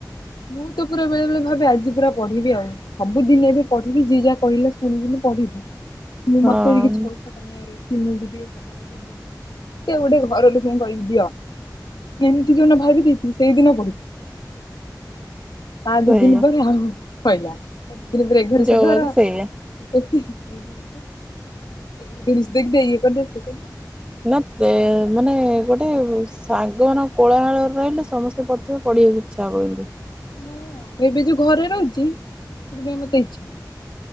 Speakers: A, on the left; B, on the right.
A: ମୁଁ ତ ପୁରା ବେଳେବେଳେ ଭାବେ ଆଜି ପୁରା ପଢିବି ଆଉ। ସବୁଦିନ ଏବେ ପଢିବି ଯିଏ ଯାହା କହିଲେ ଶୁଣିବିନି ପଢିବି, ମୁଁ
B: ହଁ
A: ମତେ ବି କିଛି ପଇସା କମେଇ ଆର ଅଛି, ମୁଁ ବି ଟିକେ ସବୁଆଡେ ବୁଲିବି, କେତେ ଗୋଟେ ଘର ଲୋକଙ୍କୁ କହିବି ଦିଅ। ଏମିତି ଜଉନ ଭାବି ଦେଇଥିବି ସେଇଦିନ ପଢି ତା ଦି
B: ସେଇଆ
A: ଦିନ ପରେ ଆଉ ଶଇଲା ତା ଦି ଦିନ ପରେ ଏ ଘରେ
B: ଯୋଉଆକୁ
A: ସେ ଘର।
B: ସେଇଆ
A: <unintelligible> ରିଲସ ଦେଖିଦେ ଇଏ କରଦେ, ସିଏ କରଦେ।
B: ନା ମାନେ ଗୋଟେ ସାଙ୍ଗ ମାନଙ୍କ କୋଳାହଳରେ ରହିଲେ ସମସ୍ତେ ପ ଥିବେ, ପଢିବାକୁ ଇଛା ହବ ଏମତି।
A: ହଁ ଏବେ ଯୋଉ ଘରେ ରହୁଛି ସେଥିପାଇଁ ମତେ ଇଚ୍ଛା ହ